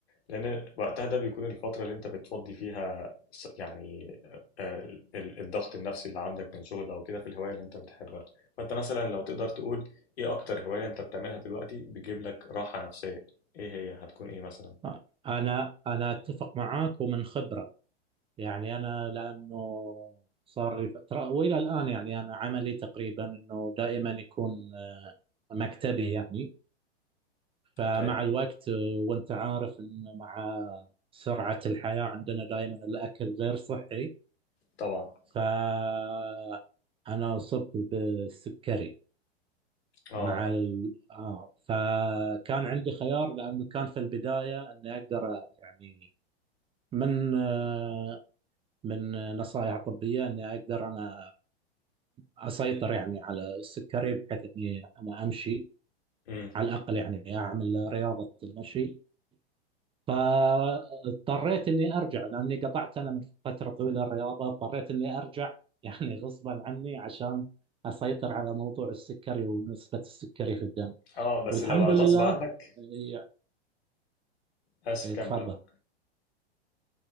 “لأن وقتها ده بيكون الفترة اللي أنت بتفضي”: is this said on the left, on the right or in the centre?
Left